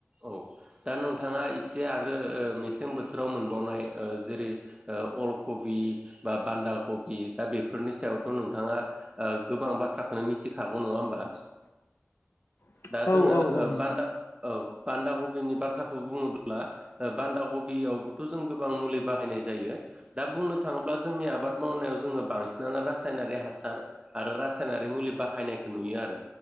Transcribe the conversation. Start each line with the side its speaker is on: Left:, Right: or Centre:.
Right: औ। दा नोंथाङा इसे आरो ओ मेसें बोथोराव मोनबावनाय ओ जेरै ओ अलक बि बा बान्दा कबि दा बेफोरनि सायावथ' नोंथाङा गोबां बाथ्राखौनो मिथिखा खागौ नङा ओमबा
Left: <inaudible>
Right: दा जोङो
Left: औ औ औ
Right: ओ
Left: नोंथां
Right: बान्दा औ बान्दा कबिनि बाथ्राखौ बुङोब्ला ओ बान्दा कबियावबोथ' जों गोबां मुलि बाहायनाय जायो दा बुंनो थाङोब्ला जोंनि आबाद मावनायाव जोङो बांसिनानो रासायनारि हासार आरो रासायनारि मुलि बाहायनायखौ नुयो आरो